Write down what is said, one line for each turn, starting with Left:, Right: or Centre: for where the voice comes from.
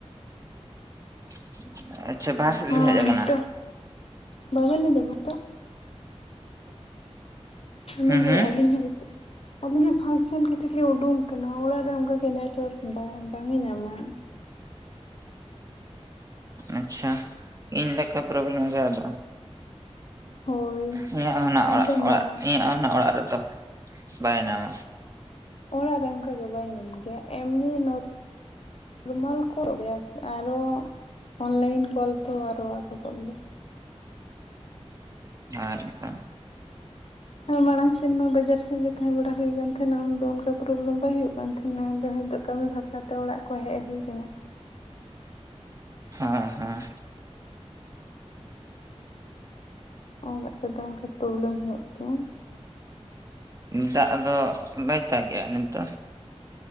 Right: <unintelligible>
Left: ᱦᱚᱭ
Right: ᱵᱤᱱ ᱦᱮᱡ ᱟᱠᱟᱱᱟ
Left: ᱛᱚ ᱵᱟᱵᱮᱱ ᱟᱸᱡᱚᱢ ᱢᱟ ᱛᱚ
Right: ᱦᱩᱸ
Left: ᱢᱮᱱ ᱠᱮᱫᱟᱭ
Right: ᱦᱩᱸ
Left: ᱟᱞᱤᱧ ᱦᱚᱸ ᱜᱩᱛ ᱟᱞᱤᱧ ᱦᱚᱸ ᱯᱷᱟᱸᱠ ᱥᱮᱱ ᱠᱟᱴᱤᱡ ᱞᱤᱧ ᱩᱰᱩᱝ ᱠᱟᱱᱟ ᱚᱲᱟᱜ ᱨᱮ ᱚᱱᱠᱟ ᱜᱮ ᱱᱮᱴᱳᱣᱟᱨᱠ ᱵᱟᱝ ᱵᱟᱝ ᱮ ᱧᱟᱢᱟ,
Right: ᱟᱪᱪᱷᱟ ᱤᱧ ᱞᱮᱠᱟ ᱯᱨᱚᱵᱮᱞᱮᱢ ᱜᱮ ᱟᱫᱚ
Left: ᱦᱳᱭ
Right: ᱤᱧᱟᱜ ᱦᱚᱱᱟᱜ
Left: ᱟᱫᱚ
Right: ᱚᱲᱟᱜ ᱚᱲᱟᱜ
Left: ᱢᱟᱲᱟᱝ
Right: ᱤᱧᱟᱹᱜ ᱦᱚᱱᱟᱜ ᱚᱲᱟᱜ ᱨᱮᱫᱚ ᱵᱟᱭ ᱧᱟᱢᱟ,
Left: ᱚᱲᱟᱜ ᱨᱮ ᱚᱱᱠᱟ ᱫᱚ ᱵᱟᱭ ᱧᱟᱢ ᱜᱮᱭᱟ ᱮᱢᱱᱤ ᱱᱚᱛ ᱨᱚᱢᱟᱞ ᱠᱚ ᱜᱮᱭᱟ ᱟᱨᱚ, ᱚᱱᱞᱟᱭᱤᱱ ᱠᱚᱞ ᱛᱚ ᱟᱨᱚ ᱟᱠᱚᱴᱚᱜ ᱜᱮᱭᱟ,
Right: ᱟᱨ ᱠᱟ
Left: ᱢᱟᱲᱟᱝ ᱥᱮᱱ ᱢᱟ ᱵᱟᱡᱟᱨ ᱥᱮᱱ ᱨᱮ ᱛᱟᱦᱮᱸ ᱵᱟᱲᱟ ᱦᱩᱭ ᱠᱟᱱ ᱛᱟᱦᱮᱸᱱᱟ ᱩᱱᱫᱚ ᱚᱱᱠᱟ ᱯᱨᱚᱵᱮᱞᱮᱢ ᱵᱟᱭ ᱦᱩᱭᱩᱜ ᱠᱟᱱ ᱛᱟᱦᱮᱸᱱᱟ ᱟᱫᱚ ᱱᱤᱛᱚᱜ, ᱠᱟᱹᱢᱤ ᱵᱷᱟᱠᱟ ᱛᱮ ᱚᱲᱟᱜ ᱠᱚ ᱦᱮᱡ ᱦᱩᱭ ᱠᱟᱱᱟ,
Right: ᱦᱟᱸ ᱦᱟᱸ
Left: ᱚᱲᱟᱜ ᱨᱮᱫᱚ ᱚᱱᱠᱟ ᱯᱨᱚᱵᱮᱞᱮᱢ ᱦᱩᱭᱩᱜ ᱜᱮᱭᱟ
Right: ᱫᱟᱜ ᱫᱚ ᱵᱟᱭ ᱫᱟᱜ ᱜᱮᱭᱟ ᱱᱤᱛᱚᱜ,